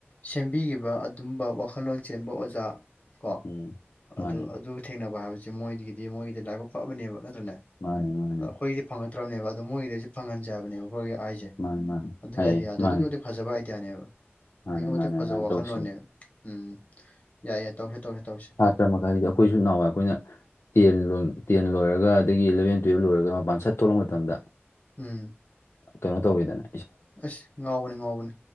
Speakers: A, on the left; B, on the left.
A: ꯁꯦꯝꯕꯤꯈꯤꯕ ꯑꯗꯨꯝꯕ ꯋꯥꯈꯜꯂꯣꯟ ꯆꯦꯟꯕ ꯑꯣꯖꯥ ꯀꯣ
B: ꯎꯝ ꯃꯥꯅꯦ
A: ꯑꯗꯨ ꯑꯗꯨ ꯊꯦꯡꯅꯕ ꯍꯥꯏꯕꯁꯤ ꯃꯣꯏꯗꯒꯤꯗꯤ ꯃꯣꯏꯒꯤꯗꯤ ꯂꯥꯏꯕꯛ ꯐꯕꯅꯦꯕ ꯅꯠꯇ꯭ꯔꯅꯦ
B: ꯃꯥꯅꯦ ꯃꯥꯅꯦ
A: ꯑꯩꯈꯣꯏꯒꯤꯗꯤ ꯐꯪꯉꯛꯇ꯭ꯔꯕꯅꯦꯕ ꯑꯗꫭ ꯃꯣꯏꯒꯤꯗꯗꯤ ꯐꯪꯍꯟꯖꯕꯅꯦꯕ <unintelligible> ꯍꯥꯏꯁꯦ
B: ꯃꯥꯅꯦ ꯃꯥꯅꯦ
A: ꯑꯗꯨꯒꯤ
B: ꯍꯥꯏꯌꯦ
A: ꯑꯥꯏꯗꯤꯌꯥꯗꯣ
B: ꯃꯥꯅꯦ
A: ꯑꯗꯨꯛꯀꯤ ꯃꯇꯤꯛ ꯐꯖꯕ ꯑꯥꯏꯗꯤꯌꯥꯅꯦꯕ
B: ꯃꯥꯅꯦ
A: ꯑꯗꯨꯛꯀꯤ ꯃꯇꯤꯛ
B: ꯃꯥꯅꯦ ꯑꯗꯨꯃꯥꯏꯅ
A: ꯐꯖꯕ ꯋꯥꯈꯜꯂꯣꯟꯅꯦꯕ
B: ꯇꯧꯁꯦꯕ
A: ꯎꯝ ꯌꯥꯏ ꯌꯥꯏ ꯇꯧꯔꯁꯦ ꯇꯧꯔꯁꯦ ꯇꯧꯔꯁꯤ
B: <unintelligible> ꯑꯈꫭꯏꯁꯨ ꯅꯍꯥꯋꯥꯏ ꯑꯈꯣꯏꯅ ꯇꯦꯟ ꯂ ꯇꯦꯟ ꯂꯣꯏꯔꯒ ꯑꯗꯒꯤ ꯏꯂꯕꯦꯟ ꯇꯨꯌꯦꯜꯕ ꯂꯣꯏꯔꯒ ꯃꯄꯥꯟ ꯁꯠ ꯊꯣꯛꯂꯛ ꯃꯇꯝꯗ
A: ꯎꯝ
B: ꯀꯩꯅꯣ ꯇꯧꯋꯤꯗꯅꯦ
A: ꯑ ꯉꯥꯎꯕꯅꯤ ꯉꯥꯎꯕꯅꯤ